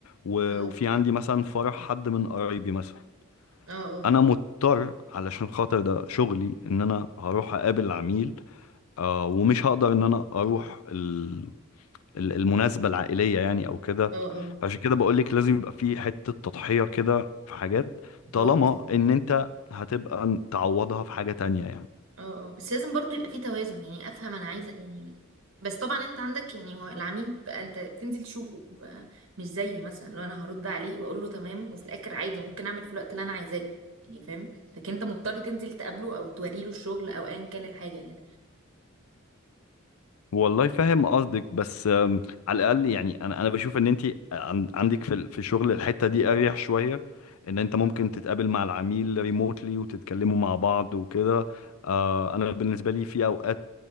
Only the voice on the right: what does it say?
اه
اه اه
اه
اه اه
اه اه بس لازم برضو يبقى في توازن يعني افهم انا عايزه يعني بس طبعا انت عندك يعني هو العميل بقى انت بتنزل تشوفه بقى مش زيي مثلا لو انا هرد عليه واقول له تمام وفي الاخر عادي ممكن اعمل في الوقت اللي انا عايزاه يعني فاهم لكن انت مضطر تنزل تقابله او توريله الشغل او ايا كان الحاجه